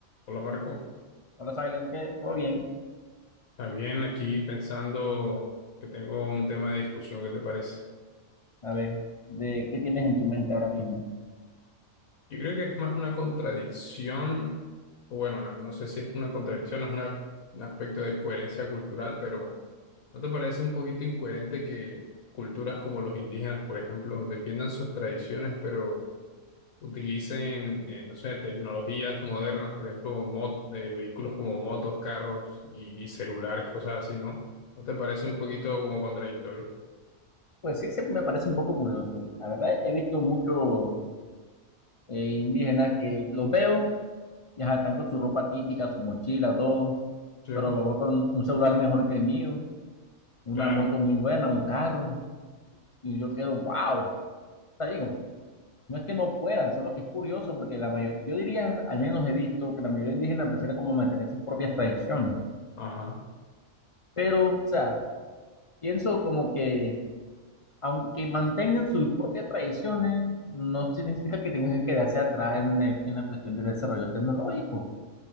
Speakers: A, on the left; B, on the left.
A: Hola Marco,
B: Hola, Silent, ¿qué? ¿Todo bien?
A: Ah, bien aquí pensando que tengo un tema de discusión, ¿qué te parece?
B: A ver, ¿de qué tienes en tu mente ahora mismo?
A: Yo creo que es más una contradicción, o bueno, no sé si es una contradicción, es una- un aspecto de coherencia cultural, pero ¿no te parece un poquito incoherente que culturas como los indígenas, por ejemplo, defiendan sus tradiciones, pero utilicen, eh, no sé, tecnologías modernas, por ejemplo, mot- eh, vehículos como motos, carros y, y celulares, cosas así, ¿no? ¿No te parece un poquito como contradictorio?
B: Pues sí, siempre me parece un poco curioso. La verdad, he visto muchos eh, indígenas que los veo, y ajá, están con su ropa típica, su mochila, todo,
A: Sí.
B: pero los veo con un celular mejor que el mío, una
A: Claro,
B: moto muy buena, un carro, y yo quedo, wow. Te digo, no es que no puedan, solo que es curioso porque la mayoría, yo diría, al menos he visto que la mayoría indígena prefiere como mantener sus propias tradiciones,
A: ajá,
B: pero, o sea, pienso como que aunque mantengan sus propias tradiciones, no significa que tengan que quedarse atrás en, el- en la cuestión del desarrollo tecnológico.